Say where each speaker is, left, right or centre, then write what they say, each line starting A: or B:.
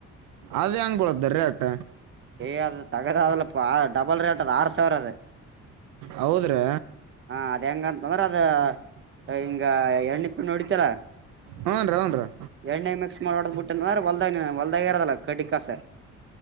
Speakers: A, on the right; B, on the right.
A: ಅದ ಹೆಂಗ್ ಬುಳತದ ರೇಟ,
B: ಏಯ್ ಅ ತಗದಾಗಲಪಡಬಲ್ ರೇಟ್ ಅದ ಆರ್ ಸಾವಿರ
A: ಹೌದ್ರಿ,
B: ಹಾ, ಅದ ಹೆಂಗಂತಂದ್ರೆ ಅದ ಹಿಂಗ ಎಣ್ಣಿ-ಪಿಣ್ಣಿ ಹೊಡಿತಲ.
A: ಹ್ಞೂ ರೀ ಹ್ಞೂ ರೀ
B: - ಹೆಣ್ಣಾಗಿ ಮಿಕ್ಸ್ ಮಾಡಿಬಿಟ್ಂದ್ರಹೋಲದಾಗೆ ಇದ್ದಿಲ್ಲ ಕಡ್ಡಿ -ಕಸ.